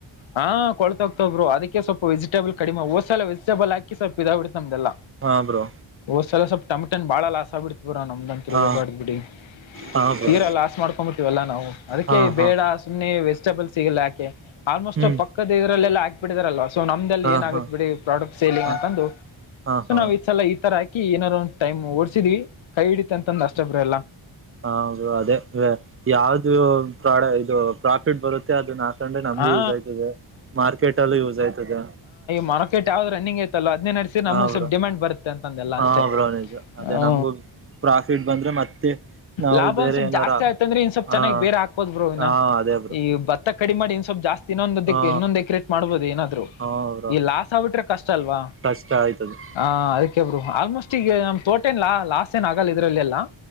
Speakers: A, on the left; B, on the right.
A: ಹಾ ಕೊಳ್ ಹ್ತರು ಅದಕ್ಕೆ ಸ್ವಲ್ಪ ವಜಿಟಬಲ್ ಕಡಿಮೆ ಹೋಸಲ ವಜಿಟಬಲ್ಾಕಿ ಸ್ವಪ ಇದಾವ ಬಿಡ್ತೆ ನಮ್ದಲ್ಲ
B: ಹಾ ಬ್ರೋ
A: ಹದ್ಸಲ ಸ್ವಲ್ಪ ಇನ್ ಬಾಳ ಲಾಸಸ್ ಆಬ ಬಿಡ್ತತಿ ಬರ ನಮ್ದಂತತ್ೂ
B: ಹಾ
A: ಹೇಳ್ಬಾರ್ದ್ ಬಿಡಿ
B: ಹಾ ಬ್ರೋ
A: ತೀರಲ್ಲ ಆಸ್ ಮಾಡ್ಕೊಂಡ್ಂಬಿಟ್ಟತವಲ್ಲಾ ನಾವು ಅದಕ್ಕೆ
B: ಹಾ ಹಾ
A: ಬೇಡ ಸುಮ್ಮ್ನೆಸ್ ಲ್ ಸಿಗಲ್ಲ ಯಾಕೆ ಆಲ್ಮೋಸ್ಟ್
B: ಹ್ಮ್
A: ಪಕ್ಕದ ಇದರಲ್ಲ ಹಾಬ ಬಿಟ್ಟಿದಾರಲ್ಲ್ಲ ಸೊ ನಮ್ದಲ್ಲಿ
B: ಹಾ
A: ಏನಾಗುತ್ತತ್
B: ಹಾ
A: ಬಿಡಿ ಪ್ರಾಡಕ್ಟ್ ಸೇಲಿಂಗ್
B: ಹ
A: ಅಂತಂದು
B: ಹಾ
A: ಸೊ
B: ಹಾ
A: ನಾವ್ ಈ್ ಸಲ ಈ ತರ ಹಾಕ ಏಾರ ಒಂದುಓಡಸಿದ್ ಕೈ ಹಡಿತ ಅಂದ ಅಷ್ಟ ಬ್ರಲ್ಲ
B: ಹೌದು ಅದೇ ಯಾವ್ದು ಪ್ರಾಡ ಇದು ಪ್ರಾಫಿಟ್ ಬರುತ್ತೆ ಮೆ ಅದನ್ನ ಹಾಕಂಡ್ರೆ ನಮ್ಗೂ
A: ಹಾ
B: ಯೂಸ್ ಆಯ್ತದೆ ಮಾರ್ಕೆಟ್ ಅಲ್ಲೂ ಯೂಸ್ ಆಯ್ತದೆ
A: ಮೊಕೆ ಯಾವ್ದ ರನ್ನಿಂಗ್ಐತಿ ಅದ್ ನಡೆಸಿ ನಮ್ಗ್
B: ಹಾ
A: ಸ್ವಲ್ಪ
B: ಬ್ರೋ
A: ಡಿಮಾಂಡ್ ಬರುತ್ತೆ ಅಂತಂದೆಲ್ಲ
B: ಹಾ
A: ಅಷ್ಟೇ
B: ಬ್ರೋ ನಿಜ ಅದೇ
A: ಹ
B: ನಮ್ಗೂ ಪ್ರಾಫಿಟ್ ಬಂದ್ರೆ ಮತ್ತೆ ನಾವು
A: ಲಾಭ
B: ಬೇರೆ
A: ಒಂದ ಸ್ವಲ್ಪ್
B: ಏನಾರ
A: ಜಾಸ್ತಿ ಆಯ್ತ ಅಂದ್ರೆ ಇನ್ ಸ್ವಲ್ಪ್
B: ಹಾ
A: ಚೆನ್ನಾಗಿ ಬೇರೆ ಹಾಕ್ಕೋದ್ರು ಇನ್ನ
B: ಹಾ ಅದೇ ಬ್ರೋ
A: ಈ ಬ ಕಡಿಮಿ ಇ ಸ್ವಲ್ ಜಾಸ್ತಿ ಇನ್ನೊಂದ ದ
B: ಹಾ
A: ಇನ್ನೊಂದು ಎಕ್ರೆಟ್ ಮಾಡ್ಬೋದು ಏನಾದ್ರು
B: ಹಾ ಬ್ರೋ
A: ಈ ಲಾಸ್ ಆಗ್ಬಿಟ್ರೆ ಕಷ್ಟ ಅಲ್ವಾ
B: ಕಷ್ಟ ಆಯ್ತದೆ
A: ಹ ಅದಕ್ಕೆಬ್ರು ಆಲ್ಮೋಸ್ಟ್ ಈಗ ನಮ್ ತೋಟ ಏನ್ಲ್ಲಾ ಲಾಸ್ಟ್ ಏನ್ ಆಗಲ್ಲ ಇದ್ರಲ್ಲಿ ಎಲ್ಲ